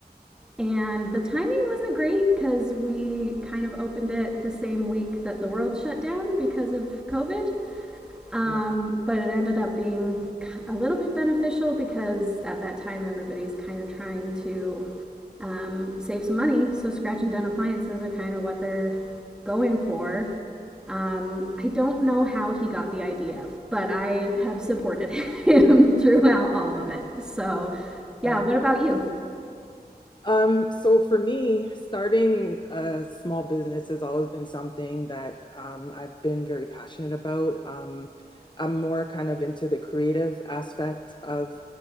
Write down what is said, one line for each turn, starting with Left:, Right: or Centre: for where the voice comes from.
Centre: And the timing wasn't great because we kind of opened it the same week that the world shut down because of COVID. Um,
Left: Yeah.
Centre: but it ended up being a little bit beneficial because at that time everybody's kind of trying to um, save some money. So scratch and dent appliances are kind of what they're going for. Um, I don't know how he got the idea, but I have supported him <laughs> throughout all of it. So, yeah,
Left: Oh.
Centre: what about you?
Left: Um, so for me, starting a small business has always been something that um, I've been very passionate about. Um, I'm more kind of into the creative aspect of